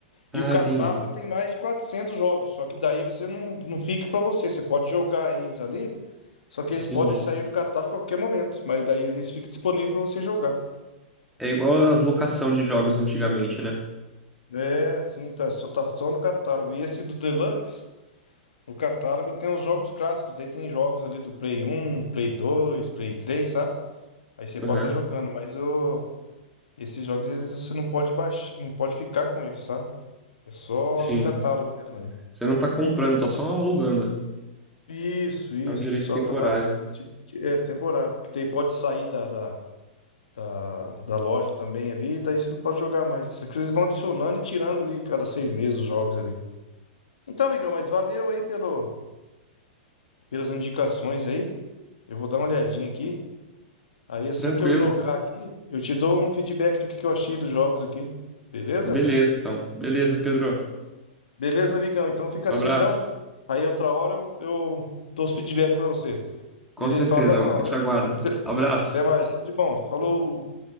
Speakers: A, in the centre; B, on the left (about 75°).
A: Ah,
B: E o catálogo
A: entendi.
B: tem mais de 400 jogos. Só que daí você não, não fica pra você. Você pode jogar eles ali. Só que
A: Entendi.
B: eles podem sair do catálogo a qualquer momento. Mas daí eles ficam disponíveis pra você jogar.
A: É igual as locação de jogos antigamente, né?
B: É, sim, tá só, tá só no catálogo. E esse do Deluxe, o catálogo tem os jogos clássicos. Daí tem jogos ali do Play um, Play 2, Play 3, sabe? Aí você pode
A: Aham.
B: estar jogando, mas o. Esses jogos eles, você não pode baixar, não pode ficar com eles, sabe? É só
A: Sim.
B: no catálogo mesmo né
A: Você não tá comprando, tá só alugando.
B: Isso, isso.
A: É um direito
B: Só
A: temporário.
B: tá, tá tipo, é temporário. Porque daí pode sair da, da, da, da loja também ali, daí você não pode jogar mais. É que Eles vão adicionando e tirando ali cada seis meses os jogos ali. Então, amigão, mas valeu aí pelo, pelas indicações aí. Eu vou dar uma olhadinha aqui. Aí assim
A: Tranquilo.
B: que eu jogar aqui, eu te dou um feedback do que que eu achei dos jogos aqui. Beleza?
A: Beleza, então. Beleza, Pedro.
B: Beleza, amigão? Então fica
A: Um
B: assim,
A: abraço.
B: então. Aí outra hora eu, eu dou os feedbacks pra você.
A: Com
B: Beleza?
A: certeza,
B: Então, abração.
A: eu
B: Valeu?
A: te aguardo.
B: Até,
A: Abraço.
B: até mais. Tudo de bom. Falou.